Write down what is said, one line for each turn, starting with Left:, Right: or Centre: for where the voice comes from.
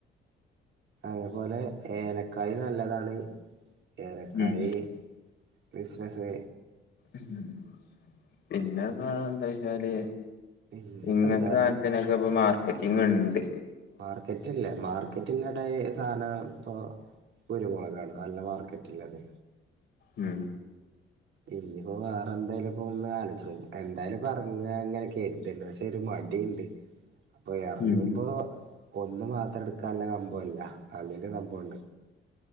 Right: അതേപോലെ ഏലക്കായി നല്ലതാണ് ഏലക്കായി
Left: ഉം
Right: ബിസ്നസ്ന്
Left: ഉം പിന്നെപ്പാ എന്തൊയ്ച്ചാല്
Right: പിന്നെപ്പോ
Left: ഇങ്ങൻത്തെ
Right: എന്താ
Left: സാൻത്തിനൊക്കെ ഇപ്പം മാർക്കറ്റിങ്ങ്ണ്ട്
Right: മാർക്കെറ്റ്ല്ലാ മാർക്കെറ്റില്ല ടൈ സാന പ്പൊ കുരുമൊളകാണ് നല്ല മാർക്കെറ്റ്ല്ലെതെ
Left: ഉം
Right: ഇഞ്ഞ്പ്പോ വേറെ എന്തേലും പ്പൊ ഒന്ന് ആലോയ്ച്ച് എന്തായാലും പ്പെർങ്ങാ ങ്ങെനെ കെര്ത്ണ്ട് പക്ഷെ ഒര് മടീണ്ട് അപ്പൊ എറങ്ങുമ്പോ
Left: ഉം
Right: ഒന്ന് മാത്രം ട്ക്കാല്ല കംബു അല്ല അങ്ങെനെരു സംഭവുണ്ട്